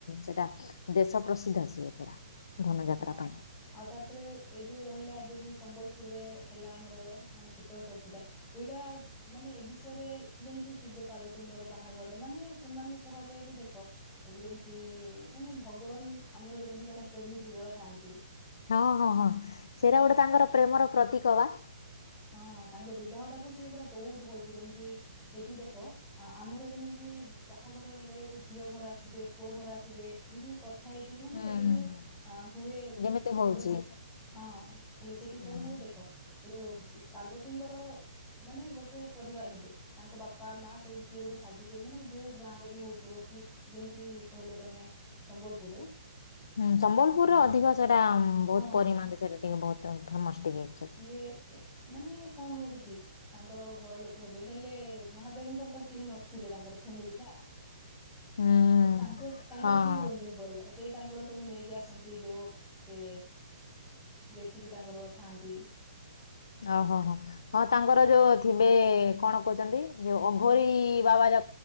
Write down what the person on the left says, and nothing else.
ସେଟା ଦେଶ ପ୍ରସିଦ୍ଧ ସିଏ ପୁରା। ଧନୁଯାତ୍ରା
ପାଇଁ।
ହଁ ହଁ ହଁ ସେରା ଗୋଟେ ତାଙ୍କର ପ୍ରେମର ପ୍ରତୀକ ବା।
ହୁଁ
ହୁଁ
ହୁଁ।
ଯେମିତି
ହଉଛି
ହୁଁ
ହୁଁ।
ହୁଁ ସମ୍ବଲପୁରରେ
ଅଧିକ ସେଇଟା
ବହୁତ ପରିମାଣରେ
ସେଇଟା ଟିକେ ବହୁତ ଫେମସ୍ ଟିକେ ଆକ୍ଚୁଆଲି।
ହୁଁ
ହଁ
ହଁ
ଓହୋ ହୋ ହଁ ତାଙ୍କର ଯୋଉ ଥିବେ କଣ କହୁଛନ୍ତି ଯୋଉ ଅଘରିୀ ବାବା ଯା